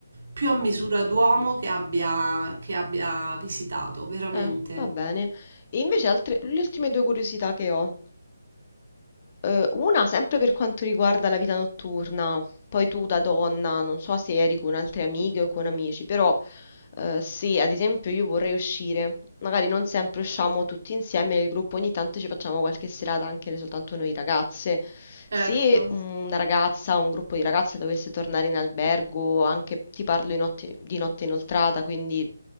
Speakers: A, on the right; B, on the left.
A: più a misura d'uomo che abbia, che abbia visitato, veramente.
B: Eh, va bene. E invece altre, le ultime due curiosità che ho. Eh, una sempre per quanto riguarda la vita notturna, poi tu da donna, non so se eri con altre amiche o con amici, però eh, se ad esempio io vorrei uscire, magari non sempre usciamo tutti insieme nel gruppo, ogni tanto ci facciamo qualche serata anche soltanto noi ragazze.
A: Certo.
B: Se una ragazza o un gruppo di ragazze dovesse tornare in albergo, anche ti parlo di notte, di notte inoltrata, quindi